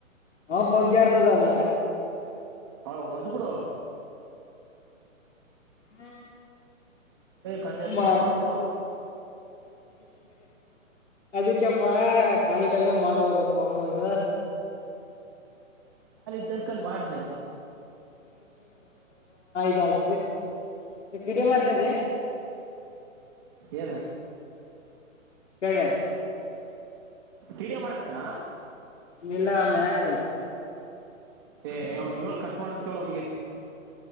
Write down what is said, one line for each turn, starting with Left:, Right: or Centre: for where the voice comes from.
Left: ಹಂ ಪಪ ಜಾರತದಾನ
Right: ಅವಳ ವದ್ದ ಬಿಡ
Left: ಹ್ಮ
Right: ಕಟ್
Left: ಮ
Right: ಕಟ್ ಮಾಡ್ಬಿಡು
Left: ಅದು ಅ್ಯಪ್ಪಾ ಾಲಿ ಟೈ್ನ ಮಾಡುವ ಪಾ ಪಮದು
Right: ಅನ್ಕಂಡ್ ಮಾಡ್ದನಪ್ಪಾ
Left: ಆಯ್ತ <unintelligible> ಕಿಡಿ ಮಾಡ್ತ್ದ
Right: ಏನು
Left: ಕಡೆ
Right: ವೀಡಿಯೊ ಮಾಡ್ಕತ್ತನಾ
Left: ಮಲ್ಲ ಮ್ಯಾಕ
Right: ಏ ಅವನಿಗೆ ಹೇಳ ಕಟ್ ಮಾಡಂತ ಹೇಳ ಅವನಿಗೆ